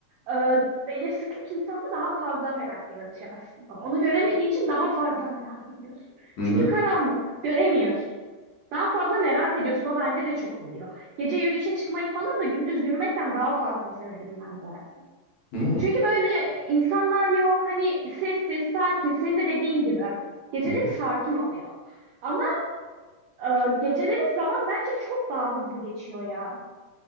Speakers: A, on the right (about 80°); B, on the left (about 75°).
A: Ee, belirsizlik insanda daha fazla merak yaratıyor aslında. Onu göremediğin için daha fazla merak ediyorsun.
B: Hı
A: Çünkü
B: hı.
A: karanlık, göremiyorsun. Daha fazla merak ediyorsun. O bende de çok oluyor. Gece yürüyüşe çıkmayı falan da gündüz yürümekten daha fazla severim ben zaten.
B: Hı hı.
A: Çünkü böyle insanlar yok. Hani sessiz, sakin. Senin de dediğin gibi. Geceleri
B: Hı hı.
A: sakin oluyor. Ama e, geceleri zaman bence çok daha hızlı geçiyor ya.